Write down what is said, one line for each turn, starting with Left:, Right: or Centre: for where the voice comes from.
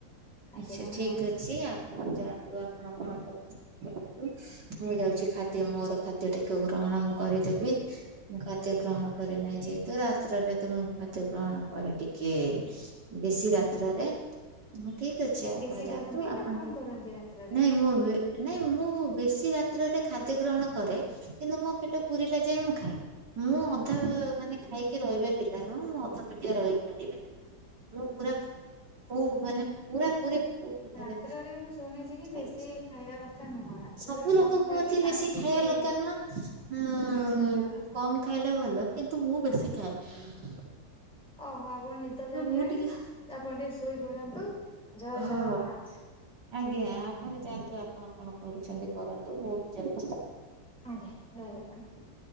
Centre: ଖାଦ୍ୟପାନ
Right: ଆଚ୍ଛା ଠିକ ଅଛି ଆପଣ ଯାଆନ୍ତୁ ଆପଣ କଣ କରେଚ କରନ୍ତୁ ମୁଁ ଯାଉଚି ଖାଦ୍ୟ ମୋର ଖାଦ୍ୟ ଟିକୁ ମୁଁ ଗ୍ରହଣ ମୁଁ କରିଦେବି। ମୁଁ ଖାଦ୍ୟ ଗ୍ରହଣ କରି ନାହିଁ ଯେହେତୁ ରାତ୍ରରେ ତ ମୁଁ ଖାଦ୍ୟ ଗ୍ରହଣ କରେ ଟିକେ ବେଶୀ ରାତ୍ରରେ ମୁଁ ଠିକ୍ ଠିକ ଅଛି ଆପଣ
Centre: ବେଶୀ
Right: ଯାଆନ୍ତୁ
Centre: କରନ୍ତି
Right: ଆପଣ
Centre: ନା କମ
Right: ଟି
Centre: କରନ୍ତି ରାତ୍ରରେ?
Right: ନାଇଁ ମୁଁ ବି ନାଇଁ ମୁଁ ବେଶୀ ରାତ୍ରରେ ଖାଦ୍ୟ ଗ୍ରହଣ କରେ କିନ୍ତୁ ମୋ ପେଟ ପୁୁରିଲା ଯାଏଁ ମୁଁ ଖାଏ। ମୁଁ ଅଧା ମାନେ ଖାଇକି ରହିବା ପିଲା ନୁହଁ। ମୁଁ ଅଧା ପେଟିଆ ରହିପାରିବିନି। ମୁଁ ପୁରା ପୁ ମାନେ ପୁରା ପୁରି ମାନେ
Centre: ରାତ୍ରରେ ମୁଁ ଶୁଣିଚି କି
Right: ଖାଏ।
Centre: ବେଶୀ ଖାଇବା କଥା ନୁହଁ। ରାତ୍ରରେ
Right: ସବୁ ଲୋକ
Centre: କମ୍
Right: କୁହନ୍ତି
Centre: ଖାଇକି
Right: ବେଶୀ
Centre: ପାଣି ପିଇକି
Right: ଖାଇବା ଲୋକ ନୁହଁ। ଉଁ
Centre: ଶୋଇବା କଥା
Right: କମ୍ ଖାଇଲେ ଭଲ। କିନ୍ତୁ ମୁଁ ବେଶୀ ଖାଏ।
Centre: ଓହୋ ଆପଣ ନିଦ ଲାଗିଲାଣି।
Right: ମୁଁ ବହୁତ ଟିକେ
Centre: ଆପଣ ଟିକେ ଶୋଇ ପଡନ୍ତୁ। ଜୟ
Right: ହଁ
Centre: ଜଗନ୍ନାଥ।
Right: ଆଜ୍ଞା। ଆପଣ ଯାଆନ୍ତୁ ଆପଣ କଣ କରୁଛନ୍ତି କରନ୍ତୁ। ମୁଁ ଯାଉଛି।
Centre: ଆଜ୍ଞା, ଜୟ ଜଗନ୍ନାଥ।